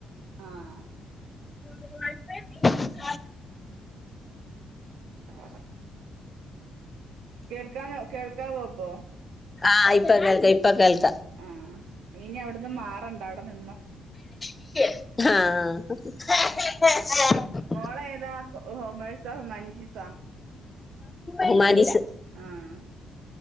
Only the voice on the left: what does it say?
<unintelligible>
ആഹ് ഇപ്പ കേൾചഇപ്പൊ കേൾക
ആഹ്
ഹുമാന്റിസ്